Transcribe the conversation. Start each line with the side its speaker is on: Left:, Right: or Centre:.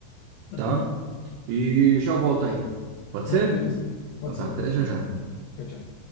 Left: tranquilo.
Right: tá? E já volto aí. Pode
Left: Pronto,
Right: ser?
Left: beleza. Pode
Right: Então tá,
Left: ser,
Right: até
Left: beleza.
Right: já já.
Left: Tchau, tchau.